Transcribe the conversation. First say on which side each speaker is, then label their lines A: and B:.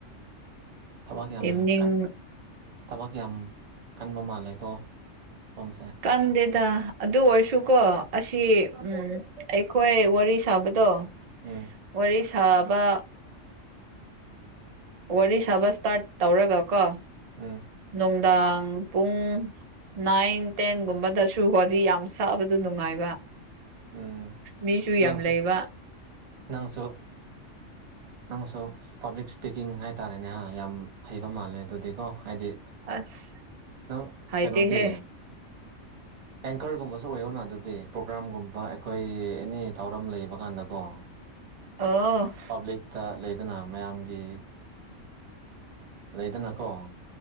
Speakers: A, on the right; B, on the right.
A: ꯊꯕꯛ ꯌꯥꯝ
B: ꯏꯚꯅꯤꯡ
A: ꯀꯟ ꯊꯕꯛ ꯌꯥꯝ ꯀꯟꯕ ꯃꯥꯜꯂꯦꯀꯣ ꯁꯣꯝꯁꯦ
B: ꯀꯟꯗꯦꯗ ꯑꯗꯨ ꯑꯣꯏꯔꯁꯨꯀꯣ ꯑꯁꯤ ꯎꯝ ꯑꯩꯈꯣꯏ ꯋꯥꯔꯤ ꯁꯥꯕꯗꯣ
A: ꯎꯝ
B: ꯋꯥꯔꯤ ꯁꯥꯕ ꯋꯥꯔꯤ ꯁꯥꯕ ꯏꯁꯇꯥꯔꯠ ꯇꯧꯔꯒ ꯀꯣ
A: ꯎꯝ
B: ꯅꯨꯡꯗꯥꯡ ꯄꯨꯡ ꯅꯥꯏꯟ ꯇꯦꯟꯒꯨꯝꯕꯗꯁꯨ ꯍꯣꯂꯤ ꯌꯥꯝ ꯁꯥꯕꯗꯨ ꯅꯨꯡꯉꯥꯏꯕ
A: ꯎꯝ
B: ꯃꯤꯁꯨ
A: ꯅꯪꯁꯨ
B: ꯌꯥꯝ ꯂꯩꯕ
A: ꯅꯪꯁꯨ ꯅꯪꯁꯨ ꯄꯥꯕ꯭ꯂꯤꯛ ꯏꯁꯄꯤꯀꯤꯡ ꯍꯥꯏꯇꯥꯔꯦꯅꯦ ꯌꯥꯝ ꯍꯩꯕ ꯃꯥꯜꯂꯦ ꯑꯗꯨꯗꯤꯀꯣ ꯍꯥꯏꯗꯤ
B: ꯑꯁ
A: ꯅꯪ
B: ꯍꯥꯏꯥꯏꯇ
A: ꯀꯩꯅꯣꯗꯤ
B: ꯍꯦ
A: ꯑꯦꯡꯀꯔꯒꯨꯝꯕꯁꯨ ꯑꯣꯏꯌꯧꯅ ꯑꯗꯨꯗꯤ ꯄ꯭ꯔꯣꯒ꯭ꯔꯥꯝꯒꯨꯝꯕ ꯑꯩꯈꯣꯏ ꯑꯦꯅꯤ ꯊꯧꯔꯝ ꯂꯩꯕ ꯀꯥꯟꯗꯀꯣ
B: ꯑꯣ
A: ꯄꯕ꯭ꯂꯤꯛꯇ ꯂꯩꯗꯨꯅ ꯃꯌꯥꯝꯒꯤ ꯂꯩꯗꯅꯀꯣ